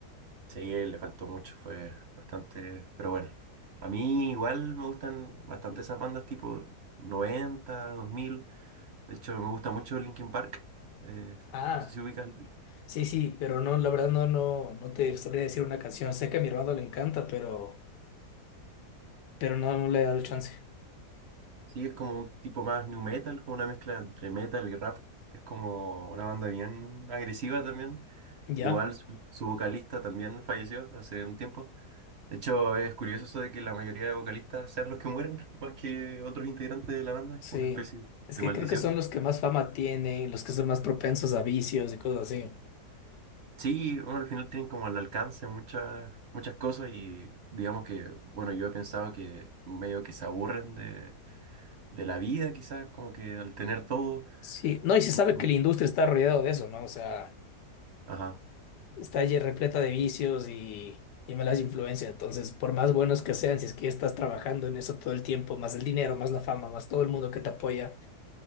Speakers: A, on the right; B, on the left.
A: Sí, le faltó mucho, fue bastante, pero bueno. A mí igual me gustan bastante esas bandas tipo 90, 2000. De hecho, me gusta mucho Linkin Park. Eh, no
B: Ah,
A: sé si ubicas.
B: sí, sí, pero no, la verdad no, no, no te sabría decir una canción. Sé que a mi hermano le encanta, pero, pero no, no le he dado el chance.
A: Sí, es como un tipo más new metal, como una mezcla entre metal y rap. Es como una banda bien agresiva también.
B: Ya,
A: Igual su, su vocalista también falleció hace un tiempo. De hecho, es curioso eso de que la mayoría de vocalistas sean los que mueren, <laughs> más que otros integrantes de la banda. Es
B: sí.
A: como una especie
B: Es
A: de
B: que
A: maldición.
B: creo que son los que más fama tienen, los que son más propensos a vicios y cosas así.
A: Sí, bueno, al final tienen como al alcance muchas, muchas cosas y digamos que, bueno, yo he pensado que medio que se aburren de, de la vida quizás, como que al tener todo...
B: Sí, no, y se sabe
A: mm, mm,
B: que la industria está rodeada de eso, ¿no? O sea,
A: Ajá.
B: está allí repleta de vicios y, y malas influencias. Entonces, por más buenos que sean, si es que estás trabajando en eso todo el tiempo, más el dinero, más la fama, más todo el mundo que te apoya,